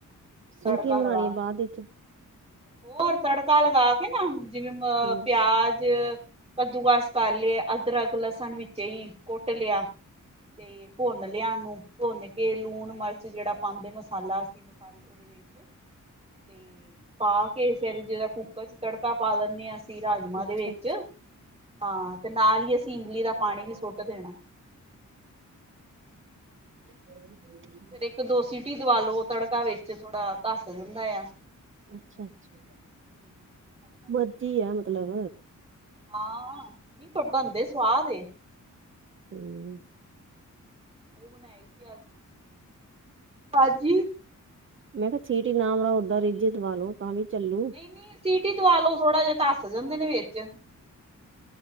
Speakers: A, on the right; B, on the right.
A: ਸੀਟੀਆਂ
B: ਤੜਕਾ
A: ਬਣਾਣੀਆਂ
B: ਲਗਾ ਕੇ।
A: ਬਾਦ ਇਚ।
B: ਹੋਰ ਤੜਕਾ ਲਗਾ ਕੇ ਨਾ, ਜਿਵੇਂ ਅ
A: ਅੱਛਾ
B: ਪਿਆਜ ਕੱਦੂਕਾਸ ਕਰ ਲਿਆ ਅਦਰਕ, ਲਸਣ ਵਿੱਚੇ ਈ ਕੁੱਟ ਲਿਆ। ਤੇ ਭੁੰਨ ਲਿਆ ਓਨੂੰ ਭੁੰਨ ਕੇ ਲੂਣ, ਮਰਚ ਜੇੜਾ ਪਾਂਦੇ ਨੇ ਓ <unintelligible> ਸੀ ਮਸਾਲ ਓਦੇ ਵਿੱਚ, ਤੇ। ਪਾ ਕੇ ਫੇਰ ਜੇੜਾ ਕੁੂਕਰ ਚ ਤੜਕਾ ਪਾ ਦੱਨੇ ਆਂ ਅਸੀਂ ਰਾਜਮਾਂ
A: ਅੱਛਾ
B: ਦੇ ਵਿੱਚ। ਹਾਂ ਤੇ ਨਾਲ ਈ ਅਸੀਂ ਇਮਲੀ ਦਾ ਪਾਣੀ ਵੀ ਸੁੱਟ ਦੇਣਾ।
A: <inaudible>
B: ਫੇਰ ਇੱਕ ਦੋ ਸਿਟੀ ਦਵਾ ਲੋ ਤੜਕਾ ਵਿੱਚ ਥੋੜਾ ਧੱਸ ਜੰਦਾ ਏਆ।
A: ਅੱਛਾ-ਅੱਛਾ,
B: ਹਰੀਆਂ ਮਿਰਚਾਂ
A: ਮਰਜੀ
B: ਪਾਣੀ
A: ਐ ਮਤਲਬ।
B: ਹਾਂ, ਨਈਂ ਪਰ ਬਣਦੇ ਸੁਆਦ ਏ।
A: ਹੂੰ।
B: ਓ ਬਣਾਏ ਸੀ ਅੱਜ, ਹਾਜੀ।
A: ਮੈਂ ਕਿਆ ਸੀਟੀ ਨਾ ਮਰਾਓ ਓਦਾਂ ਰਿੱਜੇ ਦਵਾ ਲੋ ਤਾਂ ਵੀ ਚੱਲੂ।
B: ਨਈਂ-ਨਈਂ ਸੀਟੀ ਦਵਾ ਲੋ ਥੋੜਾ ਜਾ ਧੱਸ ਜਾਂਦੇ ਨੇ ਵਿੱਚ।